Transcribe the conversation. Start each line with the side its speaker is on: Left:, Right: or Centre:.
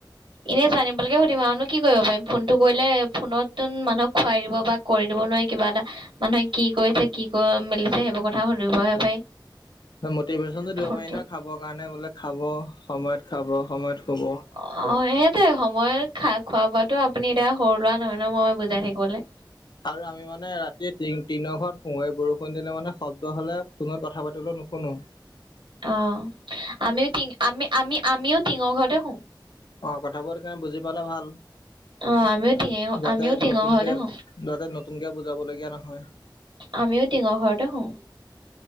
Right: এনেই জানিবলৈকে সুধম আৰুনো কি কৰিব পাৰিম ফোনটো কৰিলে ফোনতোন মানুহক খুৱাই দিব বা কৰি দিব নোৱাৰ কিবা এটা মানুহে কি কৰিছে কি ক মেলিছে সেইবোৰ কথা সুধিবহে পাৰি
Left: মটিভেশ্বনতটো দিব
Right: ফোনটোত
Left: পাৰি নহয় খাবৰ কাৰণে বোলে খাব সময়ত খাব সময়ত শুব।
Right: অ অ সেইটে সময় খাক খোৱা বোৱাতটো আপুনি এতিয়া সৰু লোৱা নহয় ন মই বুজাই থাকিবলৈ
Left: আৰু আমি মানে ৰাতিয় তি তিনৰ ঘত সোমে বৰষুণ দিলে মানে শব্দ হলে ফোনত কথা পাতিলো ক কোনো
Right: অ আমিও টি আমি আমি আমিও টিঙৰ ঘৰতে শু
Left: অ কথাবোৰকাৰণে বুজি পালে ভাল
Right: অ আমিও টিঙে
Left: যাতে
Right: আমিও টিঙৰ
Left: নতুনকে
Right: ঘৰতে শু
Left: যাতে নতুনকে বুজাব লগগীয়া নহয়
Right: আমিও টিঙা ঘৰতে হো